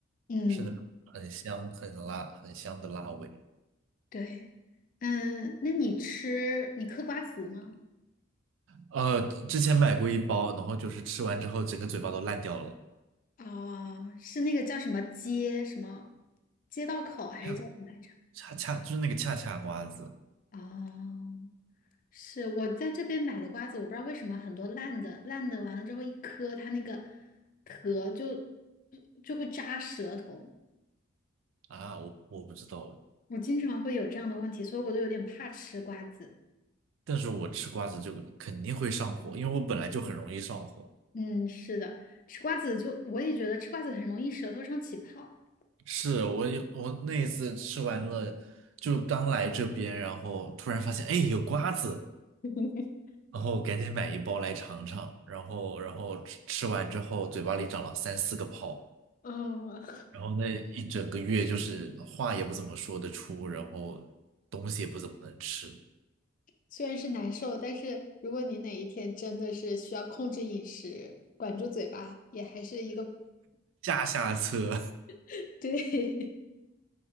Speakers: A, on the left; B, on the right.
A: 嗯，
B: 是那种很香、很辣、很香的辣味。
A: 对，嗯，那你吃你嗑瓜子吗？
B: 呃，之前买过一包，然后就是吃完之后整个嘴巴都烂掉了。
A: 哦，是那个叫什么街什么街道口还是叫什么来着？
B: 恰恰恰就是那个恰恰瓜子
A: 哦，是我在这边买的瓜子，我不知道为什么很多烂的，烂的完了之后一磕，它那个壳就就就会扎舌头，
B: 啊，我我不知道，
A: 我经常会有这样的问题，所以我都有点怕吃瓜子。
B: 但是我吃瓜子就肯定会上火，因为我本来就很容易上火。
A: 嗯，是的，吃瓜子就我也觉得吃瓜子很容易舌头上起泡。
B: 是我有我那一次吃完了，就刚来这边，然后突然发现，哎，有瓜子。
A: <laughs>
B: 然后赶紧买一包来尝尝，然后然后吃吃完之后嘴巴里长了三四个泡，
A: 嗯，
B: 然后那一整个月就是话也不怎么说得出，然后东西也不怎么能吃，
A: 虽然是难受，但是如果你哪一天真的是需要控制饮食，管住嘴巴，也还是一个，
B: 下下策，
A: <laughs> 对，